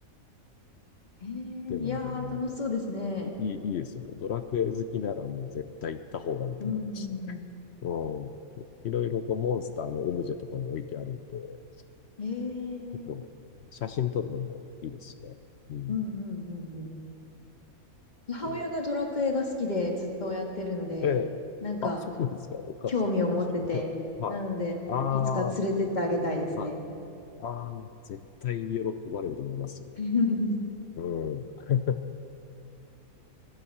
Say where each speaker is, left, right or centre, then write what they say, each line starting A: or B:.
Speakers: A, on the left (about 30°); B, on the left (about 60°).
A: へえ、いやー、
B: でも、あれね、
A: 楽しそうですね。
B: いい、いいですよね。ドラクエ好きならもう絶対行った方がいいと思いましたね。
A: うんうんう
B: うん。いろいろこうモンスターのオブジェとかも置いてあるんで、
A: ん。へえ。
B: 結構写真撮るのもいいですしね。うん。
A: うんうんうんうん。母親がドラクエが好きでずっとやってるので、
B: そうええ。
A: なんか
B: あ、そうなんですか。お母さん。
A: 興味を持ってて、
B: <laughs> はい。
A: なので、
B: ああ、
A: いつか連れてってあげたいですね。
B: はい。ああ、絶対喜ばれると思いますよ。
A: <laughs>
B: うん。<laughs>